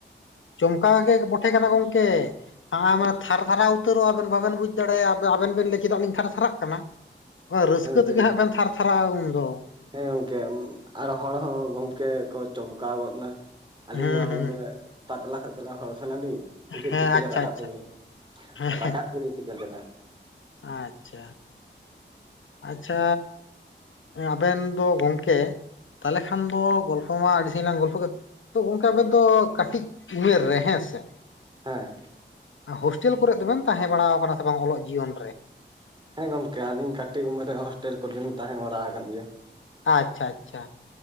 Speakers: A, on the left; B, on the right.
A: ᱪᱚᱢᱠᱟᱣ ᱜᱮ ᱵᱚᱴᱷᱮ ᱠᱟᱱᱟ ᱜᱚᱝᱠᱮ, ᱟᱢ ᱢᱟ ᱛᱷᱟᱨ ᱛᱷᱟᱨᱟᱣ ᱩᱛᱟᱹᱨᱚᱜ ᱟᱵᱮᱱ ᱵᱟᱵᱮᱱ ᱵᱩᱡᱽ ᱫᱟᱲᱮᱭᱟᱜᱼᱟ ᱟᱵᱮᱱ ᱟᱵᱮᱱ ᱵᱮᱱ ᱞᱟᱹᱭ ᱠᱮᱫᱟ ᱟᱹᱞᱤᱧ ᱛᱷᱟᱨᱛᱷᱟᱨᱟᱜ ᱠᱟᱱᱟ᱾ ᱦᱳᱭ ᱨᱟᱹᱥᱠᱟᱹ
B: ᱦᱮᱸ ᱜᱚᱢᱠᱮ
A: ᱛᱮᱜᱮ ᱦᱟᱸᱜ ᱵᱮᱱ ᱛᱷᱟᱨ ᱛᱷᱟᱨᱟᱜ ᱩᱱ ᱫᱚ,
B: ᱦᱮᱸ ᱜᱚᱝᱠᱮ ᱟᱨᱚ ᱦᱚᱲ ᱦᱚᱸ ᱜᱚᱢᱠᱮ ᱠᱚ ᱪᱚᱢᱠᱟᱣ ᱜᱚᱫ ᱱᱟ᱾ ᱟᱹᱞᱤᱧ
A: ᱦᱩᱸ
B: ᱢᱟ
A: ᱦᱩᱸ
B: ᱩᱱᱟᱹᱜ ᱯᱟᱛᱞᱟ ᱥᱟᱛᱞᱟ ᱦᱚᱲ ᱠᱟᱱᱟᱞᱤᱧ᱾ <unintelligible>
A: ᱦᱮᱸ
B: ᱪᱤᱠᱟᱹᱛᱮ
A: ᱟᱪᱪᱷᱟ
B: ᱨᱟᱠᱟᱵ
A: ᱟᱪᱪᱷᱟ
B: ᱠᱮᱫᱮ ᱟᱹᱧ?
A: ᱦᱮᱸ
B: ᱨᱟᱠᱟᱵ
A: ᱦᱮᱸ
B: ᱠᱮᱫᱮ ᱟᱹᱧ ᱪᱤᱠᱟᱹ ᱞᱮᱠᱟᱛᱮ?
A: ᱟᱪᱪᱷᱟ ᱟᱪᱪᱷᱟ ᱟᱵᱮᱱ ᱫᱚ ᱜᱚᱝᱠᱮ ᱛᱟᱦᱚᱞᱮ ᱠᱷᱟᱱ ᱫᱚ ᱜᱚᱞᱯᱷᱚ ᱢᱟ ᱟᱹᱰᱤ ᱥᱟᱹᱜᱤᱧ ᱞᱟᱝ ᱜᱚᱞᱯᱷᱚ ᱛᱚ ᱚᱱᱠᱟ ᱟᱵᱮ ᱫᱚ ᱠᱟᱹᱴᱤᱡ ᱩᱢᱮᱨ ᱨᱮ ᱦᱮᱸᱥᱮ
B: ᱦᱮᱸ
A: ᱦᱳᱥᱴᱮᱞ ᱠᱚᱨᱮ ᱫᱚᱵᱮᱱ ᱛᱟᱦᱮᱸ ᱵᱟᱲᱟ ᱟᱠᱟᱱᱟ ᱥᱮ ᱵᱟᱝ ᱚᱞᱚᱜ ᱡᱤᱭᱚᱱ ᱨᱮ?
B: ᱦᱮᱸ ᱜᱚᱢᱠᱮ ᱟᱹᱞᱤᱧ ᱠᱟᱹᱴᱤᱡ ᱩᱢᱮᱨ ᱨᱮ ᱦᱳᱥᱴᱮᱞ ᱠᱚᱨᱮ ᱞᱤᱧ ᱛᱟᱦᱮᱸ ᱵᱟᱲᱟ ᱠᱟᱱ ᱜᱮᱭᱟ᱾
A: ᱟᱪᱪᱷᱟ ᱟᱪᱪᱷᱟ